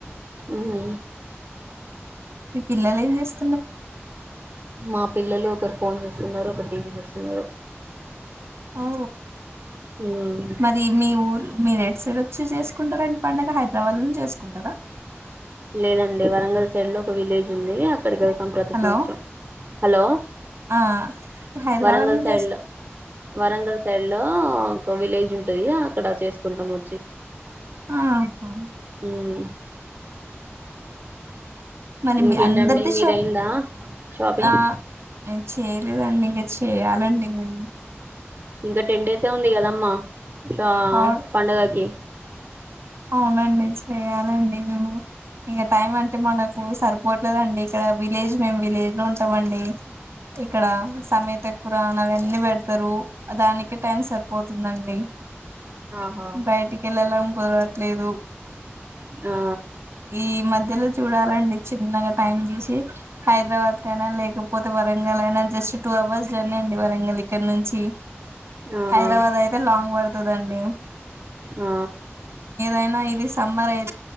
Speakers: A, on the right (about 50°); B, on the right (about 70°).
A: ఉ హు
B: మీ పిల్లలు ఏం చేస్తున్నారు
A: మా పిల్లలు ఒకరు ఫోన్ చేస్తున్నారు ఒకరు టీవీ చూస్తున్నారు.
B: ఓ
A: మ్మ్
B: మరి మీ ఊరు మీరు ఎటు సైడ్ వచ్చి చేసుకుంటారండి పండుగ హైదరాబాద్ లోనే చేసుకుంటారా
A: లేదండి వరంగల్ సైడ్ లో ఒక విలేజ్ ఉంది. అక్కడకి వెళ్తాం ప్రతి
B: హలో
A: సంవత్సరం హలో
B: ఆ హైదరాబాద్
A: వరంగల్
B: లోనే
A: సైడ్
B: చేసు
A: లో వరంగల్ సైడ్ లో ఒక విలేజ్ ఉంటది అక్కడ చేసుకుంటాం వచ్చి
B: ఆహా
A: మ్మ్
B: మరి
A: ఇంకేంటండి
B: మీ అందరిది
A: మీదయిందా
B: చాప్
A: షాపింగ్
B: ఆ నేను చేయలేదండి ఇంకా చేయాలండి మే
A: ఇంకా టెన్ డేసే ఉంది కదమ్మా ష
B: ఆ
A: పండుగకి
B: అవునండి చెయాలండి మేము ఇంక టైమ్ అంటే మనకు సరిపోవట్లేదుండి ఇక్కడ విలేజ్ మేము విలేజ్ లో ఉంటమండి ఇక్కడ సమే అ కురాని అవన్నీ పెడతారు దానికి టైం సరిపోతుందండి
A: ఆహా
B: బయటికి వెళ్ళలం కుదరట్లేదు.
A: ఆ
B: ఈ మధ్యలో చూడాల లండి చిన్నగా టైం తీసి హైదరాబాద్ కి అయినా లేకపోతే వరంగల్ అయినా జస్ట్ టూ అవర్స్ జర్నీ అండి వరంగల్ ఇక్కడ నుంచి
A: ఆహా
B: హైదరాబాద్ అయితే లాంగ్ పడుతదండి
A: ఆ
B: అయినా ఇది సమ్మర్ అయి